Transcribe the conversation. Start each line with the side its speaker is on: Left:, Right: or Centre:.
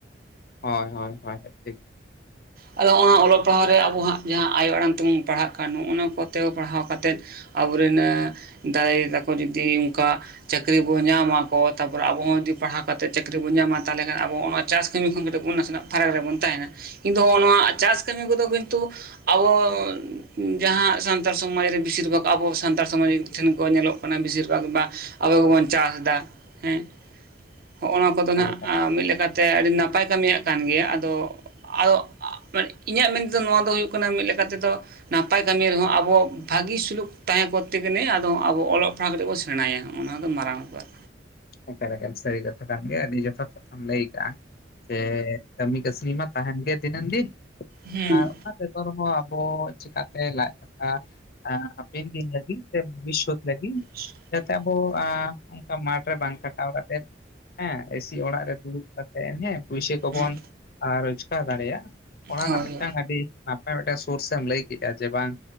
Left: ᱦᱚᱭ ᱦᱚᱭ ᱦᱚᱭ ᱴᱷᱤᱠ ᱾
Right: ᱟᱫᱚ ᱦᱚ-ᱱᱟ ᱚᱞᱚᱜ ᱯᱟᱲᱦᱟᱣ ᱨᱮ ᱟᱵᱚ ᱦᱟᱸᱜ ᱡᱟᱦᱟᱸ ᱟᱭᱳ ᱟᱲᱟᱝ ᱛᱮᱵᱚᱱ ᱯᱟᱲᱦᱟᱜ ᱠᱟᱱ ᱱᱚᱜᱼᱱᱟ ᱠᱚᱛᱮ ᱯᱟᱲᱦᱟᱣ ᱠᱟᱛᱮᱫ ᱟᱵᱚᱨᱮᱱ ᱫᱟᱲᱮᱭ ᱫᱟᱠᱚ ᱡᱩᱫᱤ ᱚᱱᱠᱟ ᱪᱟᱹᱠᱨᱤ ᱵᱚ ᱧᱟᱢᱟ ᱠᱚ ᱛᱟᱨᱯᱚᱨᱮ ᱟᱵᱚ ᱦᱚᱸ ᱡᱩᱫᱤ ᱯᱟᱲᱦᱟᱣ ᱠᱟᱛᱮᱫ ᱪᱟᱹᱠᱨᱤ ᱵᱚᱱ ᱧᱟᱢᱟ ᱛᱟᱦᱚᱞᱮ ᱠᱷᱟᱱ ᱟᱵᱚ ᱚᱱᱟ ᱪᱟᱥ ᱠᱟᱹᱢᱤ ᱠᱷᱚᱱ ᱠᱟᱹᱴᱤᱡ ᱵᱚᱱ ᱱᱟᱥᱮᱱᱟᱜ ᱯᱷᱟᱨᱟᱠ ᱨᱮᱵᱚᱱ ᱛᱟᱦᱮᱱᱟ, ᱠᱤᱱᱛᱩᱜ ᱦᱚᱸᱜ-ᱚ ᱱᱚᱣᱟ ᱪᱟᱥ ᱠᱟᱹᱢᱤ ᱠᱚᱫᱚ ᱠᱤᱱᱛᱩ ᱟᱵᱚᱻᱱ ᱡᱟᱦᱟᱸ ᱥᱟᱱᱛᱟᱲ ᱥᱚᱢᱟᱡᱽ ᱨᱮ ᱵᱮᱥᱤᱨ ᱵᱷᱟᱜᱽ ᱟᱵᱚ ᱥᱟᱱᱛᱟᱲ ᱥᱚᱢᱟᱡᱽ ᱨᱤᱱ ᱴᱷᱮᱱ ᱠᱚ ᱧᱮᱞᱚᱜ ᱠᱟᱱᱟ ᱵᱮᱥᱤᱨ ᱵᱷᱟᱜᱽ ᱵᱟ ᱟᱵᱚ ᱜᱮᱵᱚᱱ ᱪᱟᱥ ᱮᱫᱟ ᱦᱮᱸ᱾ ᱦᱚᱜᱼᱚ ᱱᱚᱣᱟ ᱠᱚᱫᱚ
Left: ᱮᱠᱟᱞ
Right: ᱱᱟᱦᱟᱸᱜ ᱢᱤᱫ ᱞᱮᱠᱟᱛᱮ ᱟᱹᱰᱤ ᱱᱟᱯᱟᱭ ᱠᱟᱹᱢᱤᱭᱟᱜ ᱠᱟᱱ ᱜᱮᱭᱟ ᱟᱫᱚ ᱟᱫᱚ ᱟ ᱢᱟᱱᱮ ᱤᱧᱟᱹᱜ ᱢᱮᱱᱛᱮᱫᱚ ᱱᱚᱣᱟ ᱫᱚ ᱦᱩᱭᱩᱜ ᱠᱟᱱᱟ ᱢᱤᱫ ᱞᱮᱠᱟ ᱛᱮᱫᱚ ᱱᱟᱯᱟᱭ ᱠᱟᱹᱢᱤ ᱨᱮᱦᱚᱸ ᱟᱵᱚ ᱵᱷᱟᱹᱜᱤ ᱥᱩᱞᱩᱠ ᱛᱟᱦᱮᱸ ᱠᱚᱨᱛᱮ ᱜᱮᱞᱮ ᱟᱫᱚ ᱟᱵᱚ ᱚᱞᱚᱜ ᱯᱟᱲᱦᱟᱜ ᱠᱟᱛᱮ ᱵᱚ ᱥᱮᱬᱟᱸᱭᱟ ᱚᱱᱟ ᱫᱚ ᱢᱟᱨᱟᱝ ᱵᱨᱯᱟᱨ᱾
Left: ᱮᱠᱟᱞ ᱮᱠᱟᱞ ᱥᱟᱹᱨᱤ ᱠᱟᱛᱷᱟ ᱠᱟᱱ ᱜᱮᱭᱟ ᱟᱹᱰᱤ ᱡᱚᱛᱷᱟᱛ ᱠᱟᱛᱷᱟᱢ ᱞᱟᱹᱭ ᱠᱟᱜ-ᱟ᱾ ᱥᱮ ᱠᱟᱹᱢᱤ ᱠᱟᱹᱥᱱᱤ ᱢᱟ ᱛᱟᱦᱮᱱ ᱜᱮ ᱫᱤᱱᱟᱹᱢ ᱫᱤᱱ
Right: ᱦᱩᱸ
Left: ᱟᱨ ᱚᱱᱟᱛᱮ ᱛᱚ ᱨᱮᱦᱚᱸ ᱟᱵᱚ ᱪᱮᱠᱟᱜᱛᱮ ᱞᱟᱡ ᱫᱟᱠᱟ ᱦᱟᱯᱮᱱ ᱫᱤᱱ ᱞᱟᱹᱜᱤᱫ ᱥᱮ ᱵᱷᱚᱵᱤᱥᱚᱛ ᱞᱟᱹᱜᱤᱫ
Right: <inaudible>
Left: ᱛᱮ ᱟᱵᱚ ᱟᱸ ᱚᱱᱠᱟ ᱢᱟᱴᱷ ᱨᱮ ᱵᱟᱝ ᱠᱷᱟᱴᱟᱣ ᱠᱟᱛᱮᱫ ᱦᱮᱸ ᱮᱥᱤ ᱚᱲᱟᱜ ᱨᱮ ᱫᱩᱲᱩᱵ ᱠᱟᱛᱮᱜ ᱦᱮᱸ ᱯᱩᱭᱥᱟᱹ ᱠᱚᱵᱚᱱ
Right: ᱦᱩᱸ
Left: ᱟ ᱨᱛᱡᱽᱜᱟᱨ ᱫᱟᱲᱮᱭᱟ, ᱚᱱᱟ
Right: ᱦᱳᱭ
Left: ᱨᱮᱱᱟᱜ ᱢᱤᱫᱴᱟᱹᱝ ᱟᱹᱰᱤ ᱱᱟᱯ ᱚᱱᱟ ᱢᱤᱫᱴᱟᱝ ᱥᱳᱨᱥ ᱮᱢ ᱞᱟᱹᱭ ᱠᱮᱜᱼᱟ ᱡᱮ ᱵᱟᱝ